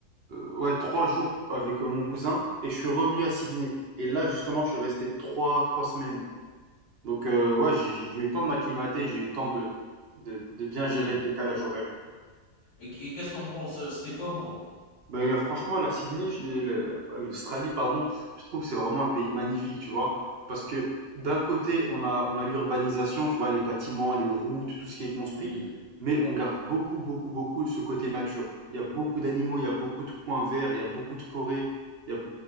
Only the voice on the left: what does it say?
Oui.
Et, et qu'est-ce que t'en penses? euh, C'était comment?
Oui.